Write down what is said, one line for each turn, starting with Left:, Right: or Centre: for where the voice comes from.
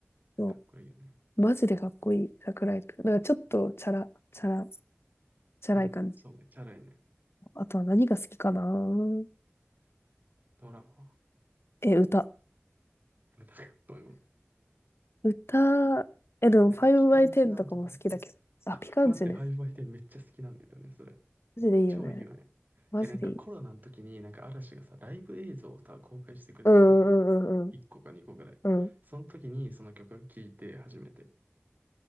Left: そ
Right: かっこいいよね。
Left: う、マジでかっこいい、桜井くん。なんかちょっとチャラ、チャラ、チャラい感じ。
Right: うん、そうね。チャラいね。
Left: あとは何が好きかなぁ
Right: ドラマ。
Left: え、歌。
Right: なんか、ごめんごめん
Left: 歌、え、でも
Right: なんかピカンチなんとかみたいな。
Left: 5x10 とかも好きだけど。あ、
Right: あ、
Left: ピカンチね。
Right: 待って、ファイブアイテンめっちゃ好きなんだよね、それ。
Left: マジでいいよね。
Right: 超いいよね。
Left: マジでいい。
Right: え、なんかコロナの時になんか嵐がさ、ライブ映像をさ、公開してくれてたじゃん。
Left: うんうんうんうん
Right: 1個か2個ぐらい。
Left: うん。うん。
Right: その時にその曲を聴いて初めて。